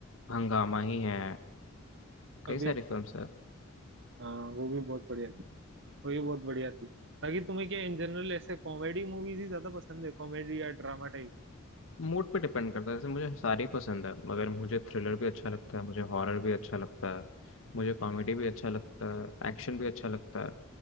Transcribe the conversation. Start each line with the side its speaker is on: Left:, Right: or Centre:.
Left: हंगामा ही है कई
Right: अभी
Left: सारी फिल्म्स है
Right: हाँ वो भी बहुत बढ़िया थी वो भी बहुत बढ़िया थी बाकी तुम्हें क्या इन जनरल ऐसे कॉमेडी मूवीज ही ज्यादा पसंद है कॉमेडी या ड्रामा टाइप
Left: मूड पे डिपेंड करता है जैसे मुझे सारी पसंद है मगर मुझे थ्रिलर भी अच्छा लगता है मुझे हॉरर भी अच्छा लगता है मुझे कॉमेडी भी अच्छा लगता है एक्शन भी अच्छा लगता है